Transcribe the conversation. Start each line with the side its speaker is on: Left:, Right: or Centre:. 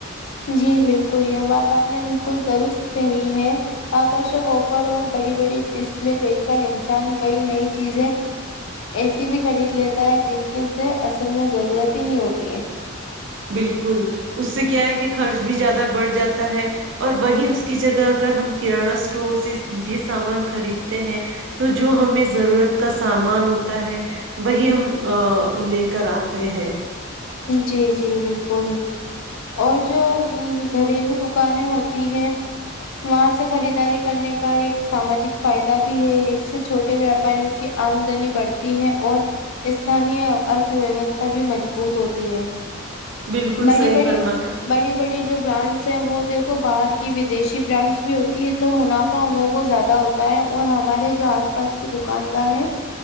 Left: جی بالکل یہ بات آپ نے بالکل درست کہی ہے آکرشک آفر اور بڑی بڑی ڈسپلے دیکھ کر انسان کئی نئی چیزیں ایسی بھی خرید لیتا ہے جن کی اسے اصل میں ضرورت ہی نہیں ہوتی ہے
Right: بالکل اس سے کیا ہے کہ خرچ بھی زیادہ بڑھ جاتا ہے اور وہی اس کی جگہ اگر ہم کرانہ اسٹور سے سیدھے سامان خریدتے ہیں تو جو ہمیں ضرورت کا سامان ہوتا ہے وہی ہم لے کر آتے ہیں
Left: جی جی بالکل اور جو گھریلو دکانیں ہوتی ہے وہاں سے خریداری کرنے کا ایک ساماجک فائدہ بھی ہے اس سے چھوٹے ویاپاریوں کی آمدنی بڑھتی ہے اور استانییہ ارتھ ویوستھا بھی مجبو بوت ہوتی ہے
Right: بالکل
Left: بڑی
Right: صحیح
Left: بڑی
Right: فرمایا
Left: بڑی بڑی جو برانڈ سے وہ دیکھو باہر کی ودیشی برانڈس بھی ہوتی ہے تو منافع انوں کو زیادہ ہوتا ہے اور ہمارے جو آس پاس کے دکاندار ہیں